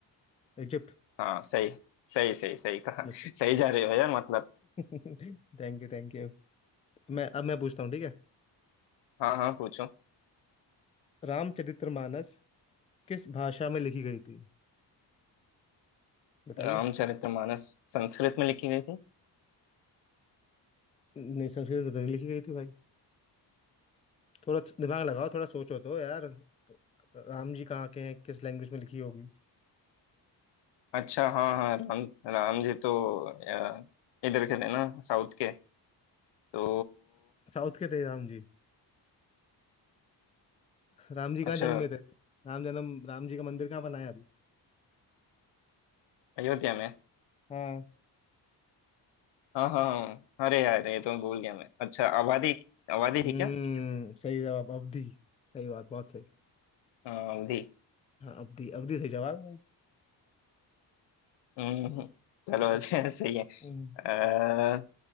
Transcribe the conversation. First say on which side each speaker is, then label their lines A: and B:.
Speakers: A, on the left (about 15°); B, on the left (about 80°).
A: इजिप्ट
B: हाँ सही सही सही सही कहा
A: मिस्र
B: <laughs> सही जा रहे हो यार मतलब
A: Thank you thank you मैं अब मैं पूछता हूँ ठीक है
B: हाँ हाँ पूछो
A: रामचरितमानस किस भाषा में लिखी गई थी बताइए
B: रामचरितमानस संस्कृत में लिखी गई थी
A: नहीं संस्कृत में तो नहीं लिखी गई थी भाई थोड़ा दिमाग लगाओ थोड़ा सोचो तो यार राम जी कहाँ के हैं किस लैंग्वेज में लिखी होगी
B: अच्छा हाँ हाँ राम राम जी तो अ, इधर के थे ना साउथ के तो
A: साउथ के थे राम जी राम जी कहाँ
B: अच्छा
A: जन्मे थे राम जन्म राम जी का मंदिर कहाँ बनाया अभी
B: अयोध्या में
A: हाँ
B: हाँ हाँ हाँ अरे यार ये तो मैं भूल गया मैं अच्छा आबादी आबादी
A: हम्म
B: थी क्या
A: सही जवाब अवधि सही बात बहुत सही
B: हाँ, अवधि
A: हाँ अवधि अवधि सही जवाब है भाई
B: हम्म, चलो
A: हम्म,
B: अच्छा <laughs> सही है अ,
A: हम्म,